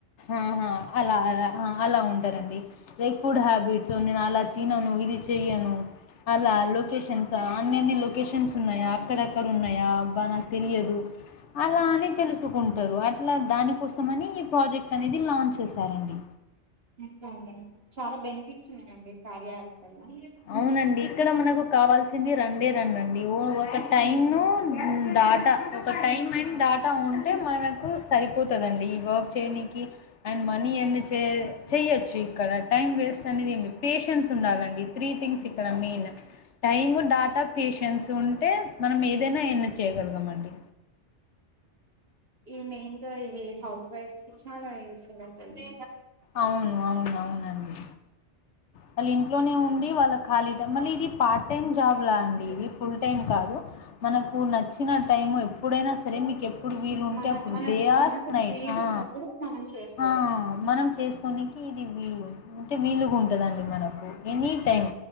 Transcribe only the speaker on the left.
ఆహా అలా అలా ఆ అలా ఉంటారండి లైక్ ఫుడ్ హ్యాబిట్స్ నేను అలా తినను ఇది చెయ్యను అలా లోకేషన్స అన్నన్ని లోకేషన్స్ ఉన్నాయా అక్కడ అక్కడ ఉన్నయా అబ్బా నాకు తెలియదు అలా అని తెలుసుకుంటరు అట్లా దానికోసం అని ఈ ప్రాజెక్ట్ అనేది లాంచ్ చేసారండి
అవునండి ఇక్కడ మనకు కావాల్సింది రెండే రెండండి ఓ ఒక టైమ్ డాటా ఒక టైమ్ అండ్ డాటా ఉంటే మనకు సరిపోతదండి ఈ వర్క్ చేయనికి అండ్ మనీ ఎర్న్ చే చేయచ్చు. ఇక్కడ టైం వేస్ట్ అనేది ఏం లేదు పేషెన్స్ ఉండాలండి త్రీథింగ్స్ ఇక్కడ main time data patience ఉంటే మనం ఏదైనా ఎర్న్ చేయగలగమండి
అవును అవును అవునండి వాళ్ళు ఇంట్లోనే ఉండి వాళ్ళ ఖాళీ టైం మళ్ళ ఇది పార్ట్ టైమ్ జాబ్ లా అండి ఇది ఫుల్ టైమ్ కాదు మనకు నచ్చిన టైం ఎప్ ఎప్పుడైనా సరే మీకె ప్ ఎప్పుడు వీలు ఉంటే
అప్పుడు
డే
ఆర్ నైట్
ఆ
హా మనం కొనికి ఇది వీలు అంటే విలుగుంటదండీ మనకు ఎనీ టైమ్